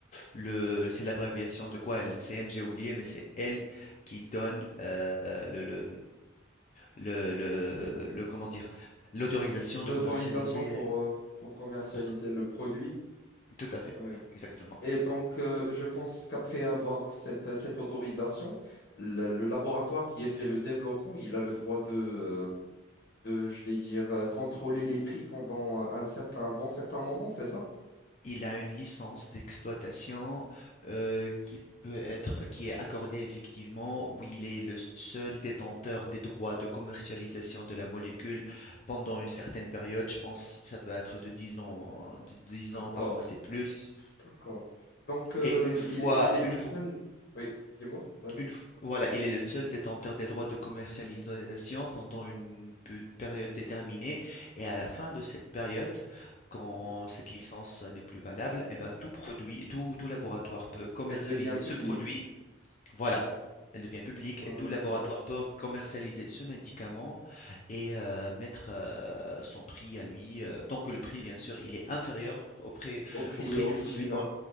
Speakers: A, on the left (about 35°); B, on the left (about 55°).
A: le, c'est l'abréviation de quoi LNCM, j'ai oublié, mais c'est elle qui donne euh, le, le, le, le- le- comment dire, l'autorisation
B: L'autorisation
A: de commercialiser.
B: pour, euh, pour commercialiser
A: pour-
B: le produit.
A: tout à fait,
B: ouais.
A: exactement.
B: Et donc, euh, je pense qu'après avoir cette, euh, cette autorisation, le, le laboratoire qui a fait le développement, il a le droit de, euh, de, je vais dire, euh, contrôler les prix pendant un certain, un bon certain moment, c'est ça?
A: Il a une licence d'exploitation euh, qui peut être, qui est accordée effectivement, où il est le seul détenteur des droits de commercialisation de la molécule pendant une certaine période. Je pense que ça peut être de 10 ans, hein, de 10
B: D'accord,
A: ans, parfois c'est plus.
B: d'accord. Donc, euh,
A: Et une fois,
B: il est, il est le
A: une fois,
B: seul. Oui, dis-moi, vas-y.
A: une f- voilà, il est le seul détenteur des droits de commercialisation pendant une pu- période déterminée et à la fin de cette période, quand
B: Mhm.
A: cette licence n'est plus valable, eh ben, tout produit, tout, tout laboratoire
B: Elle,
A: peut commercialiser
B: elle devient publique.
A: ce produit. Voilà, elle devient publique
B: D'accord.
A: et tout laboratoire peut commercialiser ce médicament et euh, mettre euh, son prix à lui, euh, tant que le prix, bien sûr, il est inférieur au prix,
B: Au prix
A: au prix
B: original.
A: du produit or-